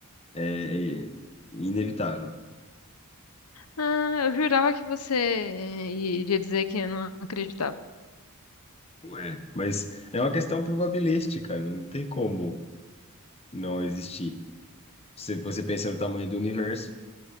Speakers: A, on the left (about 30°); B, on the left (about 85°).
A: é, é inevitável.
B: ah, eu jurava que você iria dizer que não acreditava.
A: Ué. Mas é uma questão probabilística, não tem como não existir. Se você pensa no tamanho do universo,